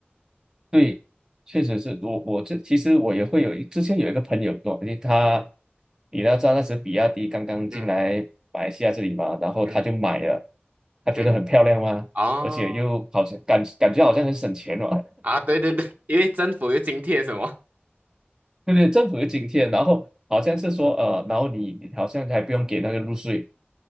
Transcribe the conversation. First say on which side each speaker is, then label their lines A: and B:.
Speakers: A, on the right; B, on the right.
A: 对，确实是我我这其实我也会有一之前有一个朋友跟我，因为他你要知道那时比亚迪刚刚进来马来西亚这里嘛，
B: 嗯
A: 然后他就买了，
B: 嗯
A: 他觉得很漂亮嘛，
B: 嗯，哦
A: 而且又好像感感觉好像很省钱嘛，
B: 啊，对对对，<laughs> 因为政府又津贴什么
A: <laughs> 对对，政府有津贴，然后好像是说呃，然后你你好像还不用给那个入税，